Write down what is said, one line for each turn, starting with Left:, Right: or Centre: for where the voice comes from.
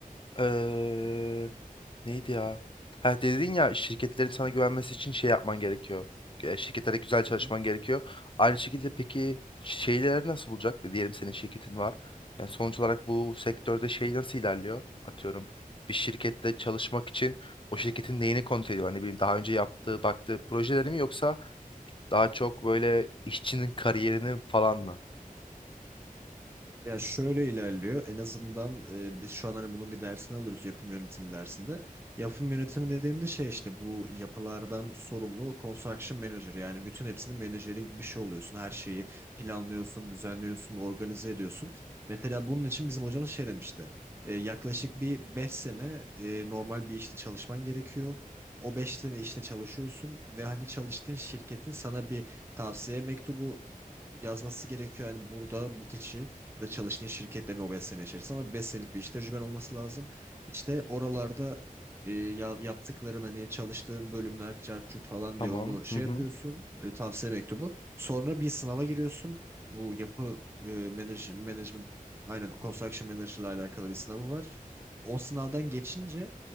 Left: Eee, neydi ya? Ha dedin ya şirketlerin sana güvenmesi için şey yapman gerekiyor. E, Şirketlere güzel
Right: diyeyim.
Left: çalışman gerekiyor. Aynı şekilde peki şeyleri nasıl bulacak? Bir Diyelim senin şirketin var. Yani sonuç olarak bu sektörde şey nasıl ilerliyor? Atıyorum bir şirketle çalışmak için o şirketin neyini kontrol ediyor? Hani bileyim daha önce yaptığı, baktığı projeleri mi yoksa daha çok böyle işçinin kariyerini falan mı?
Right: Ya şöyle ilerliyor. En azından e, biz şu an hani bunun bir dersini alırız yapım yönetimi dersinde. Yapım yönetimi dediğimde şey işte bu yapılardan sorumlu construction manager yani bütün hepsinin menajeri bir şey oluyorsun. Her şeyi planlıyorsun, düzenliyorsun, organize ediyorsun. Mesela bunun için bizim hocamız şey demişti. E, yaklaşık bir 5 sene e, normal bir işte çalışman gerekiyor. O 5 sene işte çalışıyorsun ve hani çalıştığın şirketin sana bir tavsiye mektubu yazması gerekiyor. Yani burada bu kişi ya da çalıştığın şirketlerin o 5 sene içerisinde ama 5 senelik bir iş tecrüben olması lazım. İşte oralarda e, ya- yaptıkların hani çalıştığın bölümler cart curt falan
Left: Tamam.
Right: diye onu şey
Left: Hı hı.
Right: yapıyorsun e, tavsiye mektubu. Sonra bir sınava giriyorsun. Bu yapı e, manage, management aynen construction manager ile alakalı bir sınavı var. O sınavdan geçince